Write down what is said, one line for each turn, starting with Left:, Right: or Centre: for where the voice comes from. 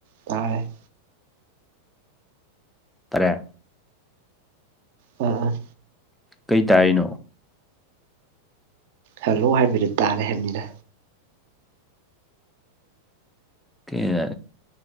Right: ꯇꯥꯔꯦ
Centre: ꯇꯥꯔꯦ
Right: ꯎꯝ ꯎꯝ
Centre: ꯀꯩ ꯇꯥꯏꯔꯤꯅꯣ
Right: ꯍꯜꯂꯣ ꯍꯥꯏꯕꯗꯨ ꯇꯥꯔꯦ ꯍꯥꯏꯕꯅꯤꯅ
Centre: ꯀꯩꯅ